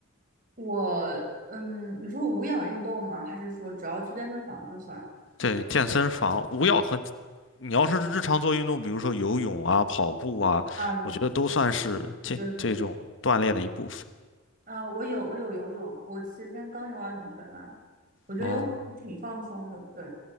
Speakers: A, on the right (about 40°); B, on the left (about 60°).
A: 我嗯，你说无氧运动吗？还是说只要去健身房就算？
B: 对，健身房，无氧和你要是日常做运动，比如说游泳啊、跑步啊，
A: 啊，有，
B: 我觉得都算是健这种锻炼的一部分。
A: 对对对，啊，我有我有游泳，我其实今天刚游完泳回来，我觉得游泳还是挺放松的。
B: 哦，
A: 对，